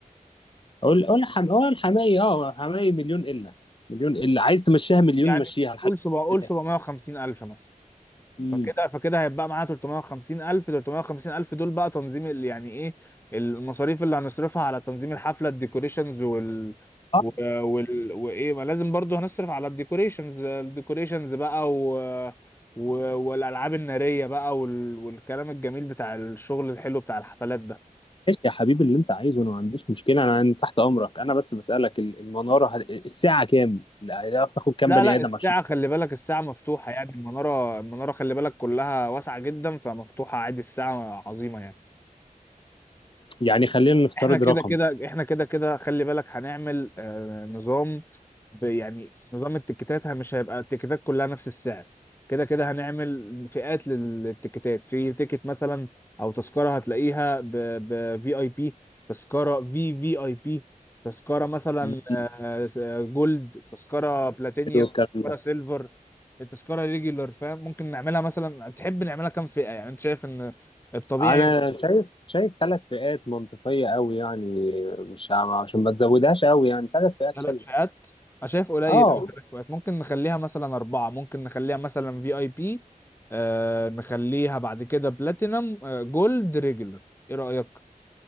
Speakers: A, on the left; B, on the left.
A: اقول اقول حم... اه الحماية اه حماية مليون الا مليون الا عايز تمشيها مليون
B: يعني
A: مشيها لحد
B: قول سبع قول
A: البداية.
B: 750 ألف مثلا
A: امم
B: فكده فكده هيبقى معانا 350 ألف 350 ألف دول بقى تنظيم ال- يعني إيه المصاريف اللي هنصرفها على تنظيم الحفلة الديكوريشنز وال
A: اه
B: و- وال وإيه ما لازم برضو هنصرف على الديكوريشنز الديكوريشنز بقى و... و... والألعاب النارية بقى وال... والكلام الجميل بتاع الشغل الحلو بتاع الحفلات ده
A: ماشي يا حبيبي اللي انت عايزه انا ما عنديش مشكلة انا أنا تحت امرك انا بس بسألك ال- المنارة هت- الساعة كام؟ لا، هتعرف تاخد كام
B: لا
A: بني
B: لا
A: ادم
B: الساعة
A: عشان
B: خلي بالك الساعة مفتوحة يعني المنارة المنارة خلي بالك كلها واسعة جدا فمفتوحة عادي الساعة عظيمة يعني
A: يعني خلينا نفترض
B: احنا كده
A: رقم
B: كده احنا كده كده خلي بالك هنعمل آه نظام ب- يعني نظام التيكيتات ه- مش هيبقى التيكيتات كلها نفس السعر كده كده هنعمل فئات للتيكيتات في تيكت مثلا او تذكرة هتلاقيها ب في اي بي تذكرة في في اي بي تذكرة مثلا
A: مم.
B: آه س- آه، جولد تذكرة بلاتينيوم
A: حلو الكلام ده
B: تذكرة سيلفر التذكرة ريجولار فاهم ممكن نعملها مثلا تحب نعملها كام فئة يعني انت شايف ان الطبيعي
A: انا شايف شايف ثلاث فئات منطقيه قوي يعني مش ه- عشان ما تزودهاش قوي يعني ثلاث فئات
B: ثلاث
A: شايف
B: فئات انا شايف قليل
A: اه
B: قوي ثلاث فئات ممكن نخليها مثلا اربعه ممكن نخليها مثلا في اي بي آه نخليها بعد كده بلاتينم آه جولد ريجولر ايه رايك